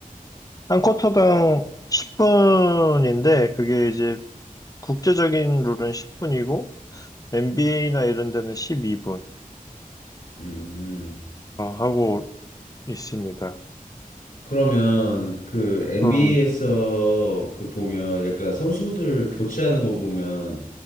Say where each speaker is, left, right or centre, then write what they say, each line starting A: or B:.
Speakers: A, on the left (about 25°); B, on the left (about 75°).
A: 한 쿼터당 10분인데, 그게 이제 국제적인 룰은 10분이고, NBA나 이런 데는 12분으로
B: 음
A: 하고 있습니다.
B: 그러면 그 NBA에서
A: 음,
B: 그 보면 약간 선수들 교체하는 거 보면